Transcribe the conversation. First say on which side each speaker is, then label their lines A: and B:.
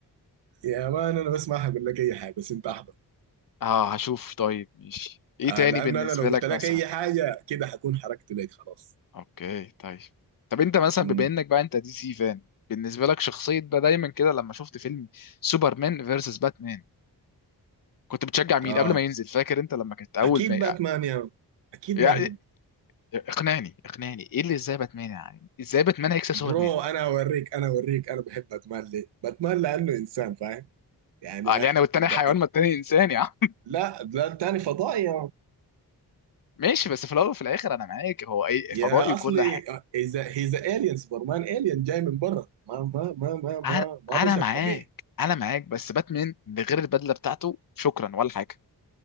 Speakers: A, on the right; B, on the left.
A: <laughs> يا مان انا بس ما هقول لك اي حاجه بس انت احضر
B: اه هشوف طيب ماشي ايه
A: آه
B: تاني
A: لان
B: بالنسبه
A: انا لو قلت
B: لك
A: لك
B: مثلا
A: اي حاجه كده حكون حركت لك خلاص
B: اوكي طيب طب انت مثلا
A: امم
B: بما انك بقى انت دي سي فان بالنسبه لك شخصيه بقى دايما كده لما شفت فيلم سوبرمان فيرسس باتمان كنت بتشجع مين
A: اه
B: قبل ما ينزل فاكر انت لما كنت اول
A: اكيد
B: ما
A: باتمان يا مان. اكيد
B: يعني
A: باتمان
B: اقنعني اقنعني ايه اللي ازاي باتمان يعني ازاي باتمان هيكسب سوبرمان
A: برو انا اوريك انا اوريك انا بحب باتمان ليه باتمان لانه انسان فاهم يعني
B: اه
A: ها
B: يعني والتاني
A: ب...
B: حيوان ما التاني انسان يا عم <laughs>
A: لا لا تاني فضائي
B: ماشي بس في الاول وفي الاخر انا معاك هو اي
A: يا
B: فضائي وكل
A: اصلي
B: حاجه
A: اذا هيز الين سوبرمان الين جاي من برا ما ما ما ما ما
B: انا
A: ما
B: انا
A: بشر
B: معاك
A: طبيعي
B: انا معاك بس باتمان من غير البدله بتاعته شكرا ولا حاجه